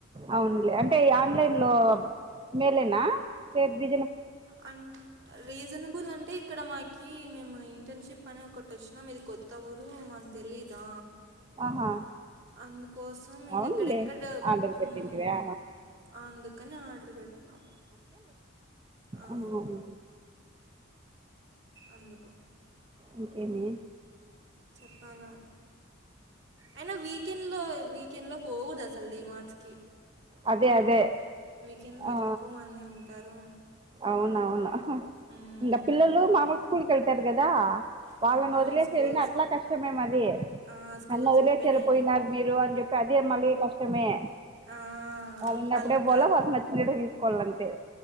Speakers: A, on the right (about 25°); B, on the right (about 60°).
A: అవునులే అంటే ఆన్లైన్ లో మేలనా పెర్థి
B: అన్ రీజనబుల్ అంటే ఇక్కడ మాకీ మేము ఇంటర్న్షిప్ అని ఒకటచ్చినం ఇది కొత్త ఊరు మాక్ తెలీదా
A: ఆహా
B: అందుకోసం ఇంగ
A: అవునులే
B: ఇక్కడెక్కడ
A: ఆర్డర్ పెట్టింటివా
B: మ్ అందుకనే ఆర్డర్ పెట్టినాం. ఆ,
A: అవున్ మరీ
B: అందుకు
A: ఇంకేమే
B: చెప్పాలా అయినా వీకెండ్లో వీ కెండ్లో పోకూడద్ అసల్ డీ మార్ట్స్ కి
A: అదే అదే
B: వీకెండ్లో
A: ఆ
B: ఎక్కు మంది ఉంటారు.
A: అవునవును అహ
B: మ్మ్.
A: ఇంగ పిల్లలు మా వోల్ స్కూల్కెళ్తారు గదా వాళ్ళన్
B: ఆ, అవును
A: వదిలేసి
B: స్కూల్స్
A: వెళ్ళిన అట్లా కష్టమే మది
B: ఆ, స్కూల్స్
A: నన్ వదిలేస్
B: ఓపెన్
A: ఎళ్ళి
B: అయినాయి
A: పోయినారు మీరు అని జెప్పి అదే మళ్ళీ కష్టమే
B: ఆ,
A: ఆ ఉన్నప్పుడే
B: అలుగుతారు
A: పోవాల వాళ్ళక్ నచ్చినట్టే తీస్కోవాలంతే